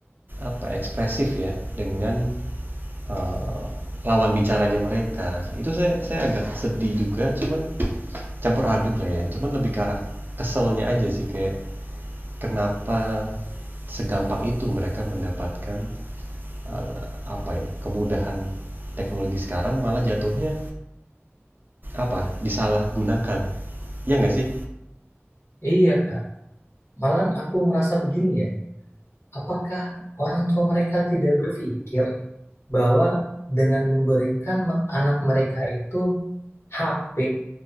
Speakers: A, on the right; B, on the left.
A: apa ekspresif ya dengan eh, lawan bicaranya mereka itu saya saya agak sedih juga cuman campur aduk lah ya cuman lebih ke arah keselnya aja sih kayak kenapa segampang itu mereka mendapatkan eh, apa ya kemudahan teknologi sekarang malah jatuhnya apa disalahgunakan ya nggak sih
B: Iya, Kak. Malahan aku merasa begini ya, apakah orang tua mereka tidak berpikir bahwa dengan memberikan me- anak mereka itu HP